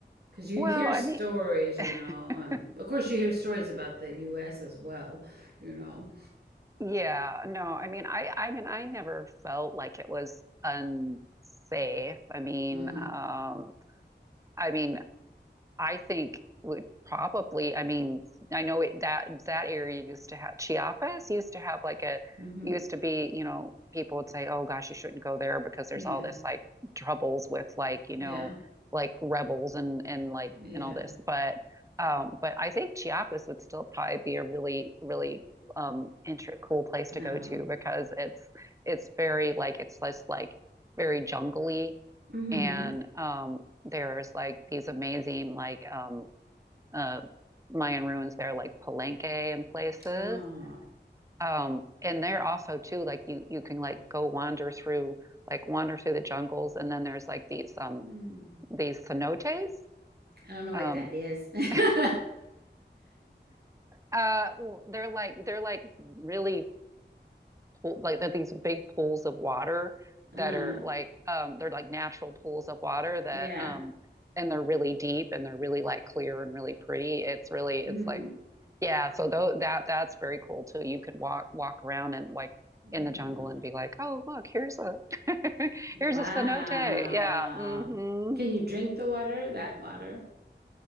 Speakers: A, on the right; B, on the right.
A: because you
B: Well,
A: hear
B: I
A: stories,
B: mean, <laughs>
A: you know, and of course you hear stories about the U.S. as well. You know.
B: yeah, no, I mean, I, I mean, I never felt like it was unsafe. I mean,
A: Mhm.
B: um, I mean, I think would probably, I mean, I know it, that that area used to have Chiapas used to have like a
A: Mhm.
B: used to be, you know, people would say, "Oh gosh, you shouldn't go there because there's
A: Yeah.
B: all this like troubles with like, you
A: Yeah.
B: know, like rebels and and like
A: Yeah.
B: and all this." But um but I think Chiapas would still probably be a really really um inter cool place
A: Um.
B: to go to because it's it's very like it's just like very jungly
A: Mhm.
B: and um there's like these amazing like um uh Mayan ruins there like Palenque and places.
A: Oh.
B: Um and there also too like you you can like go wander through like wander through the jungles and then there's like these um
A: Hmm.
B: these cenotes.
A: I don't know what
B: Um
A: that is. <laughs>
B: <laughs> uh they're like they're like really pool, like they're these big pools of water
A: uh,
B: that are like um they're like natural pools of water that
A: yeah.
B: um and they're really deep and they're really like clear and really pretty. It's really
A: Mhm.
B: it's like yeah, so though that that's very cool too. You could walk walk around and like
A: Wow.
B: in the jungle and be like, "Oh, look, here's a <laughs>
A: Wow.
B: here's a cenote." Yeah. hmm
A: Can you drink the water? That water?